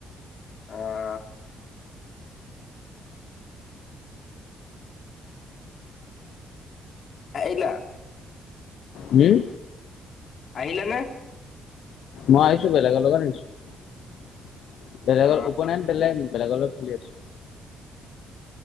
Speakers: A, on the left (about 50°); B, on the left (about 70°).
A: অ আহিলা?
B: হুম?
A: আহিলে নে?
B: মই আহিছোঁ বেলেগৰ লগত আহিছোঁ বেলেগৰ
A: অ',
B: অ'পনেন বেলেগ। বেলেগৰ লগত খেলি আছোঁ।